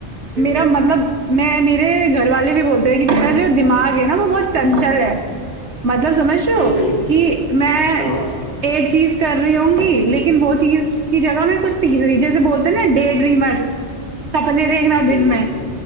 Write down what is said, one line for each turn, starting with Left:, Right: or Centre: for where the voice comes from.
Left: हम्म
Right: मेरा मतलब मैं मेरे घर वाले भी बोलते हैं कि तेरा जो दिमाग है ना वो बहुत चंचल है मतलब समझ रहे
Left: हम्म
Right: हो
Left: हम्म,
Right: कि मैं
Left: हाँ
Right: एक चीज कर रही होंगी लेकिन वो चीज की जगह मैं कुछ तीसरी जैसे बोलते हैं ना डे ड्रीमर सपने देखना
Left: हम्म
Right: दिन में